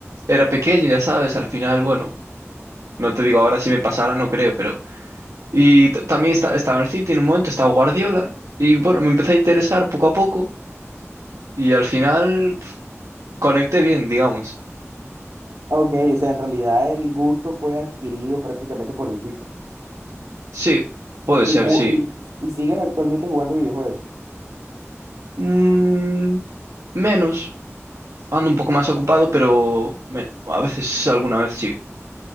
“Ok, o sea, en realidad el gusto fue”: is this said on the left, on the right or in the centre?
Right